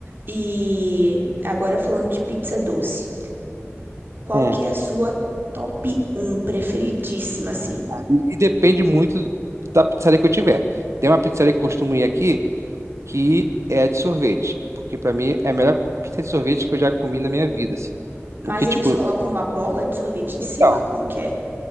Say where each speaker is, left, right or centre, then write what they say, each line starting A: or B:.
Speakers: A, on the right; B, on the right.
A: E agora falando de pizza doce, qual
B: Hum.
A: que é a sua top um preferidíssima, assim?
B: Aí depende muito da pizzaria que eu tiver. Tem uma pizzaria que eu costumo ir aqui que é a de sorvete, porque pra mim é a melhor pizza de sorvete que eu já comi na minha vida, assim. Porque
A: Mas
B: tipo,
A: eles colocam uma bola de sorvete em
B: então,
A: cima? Como que é?